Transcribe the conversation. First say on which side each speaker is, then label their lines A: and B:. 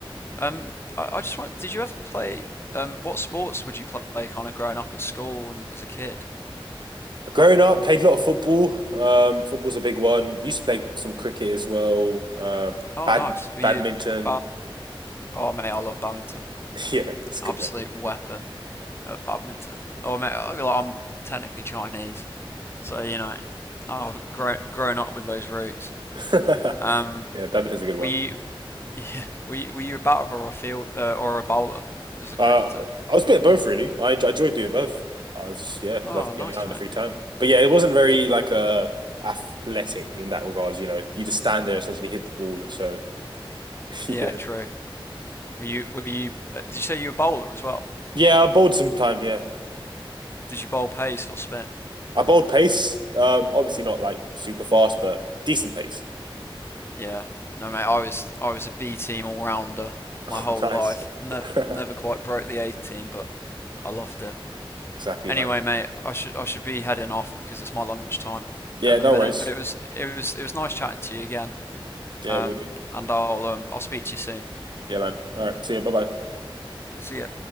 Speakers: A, on the left; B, on the right.
A: Um, I, I just want. Did you ever play? Um, what sports would you play kind of growing up at school and as a kid?
B: Growing up, played a lot of football. Um, football's a big one. Used to play some cricket as well. Um,
A: Oh,
B: bad
A: nice. Were
B: badminton.
A: you? Ba-
B: <laughs>
A: oh, mate, I love badminton.
B: Yeah, it's a
A: Absolute
B: good one.
A: weapon at badminton. Oh, mate, I- like, I'm technically Chinese, so you know, I've grown grown up with those roots.
B: <laughs>
A: Um,
B: Yeah, badminton's a good
A: were
B: one.
A: you Were you, were you a batter or a field uh, or a bowler as a
B: Uh,
A: cricketer?
B: I was a bit of both really. I, enj- I enjoyed doing both. I was just yeah,
A: Oh,
B: love
A: nice
B: getting out in
A: mate.
B: the free time. But yeah, it wasn't very like uh athletic in that regards. You know, you just stand there essentially hit the ball. So. <laughs>
A: Yeah,
B: yeah,
A: true. Were you were you? Uh, did you say you were a bowler as well?
B: yeah. I bowled some time. Yeah,
A: Did you bowl pace or spin?
B: I bowled pace. Um, obviously not like super fast, but decent pace.
A: Yeah. No mate, I was I was a B team all rounder my
B: Oh,
A: whole
B: nice.
A: life. No,
B: <laughs>
A: never quite broke the A team, but I loved it.
B: exactly,
A: Anyway,
B: man.
A: mate, I should I should be heading off because it's my lunchtime
B: Yeah,
A: at the
B: no
A: minute.
B: worries.
A: But it was it was it was nice chatting to you again.
B: Yeah,
A: Um,
B: we'll do.
A: and I'll um I'll speak to you soon.
B: Yeah, man. All right. See you. Bye bye.
A: See ya.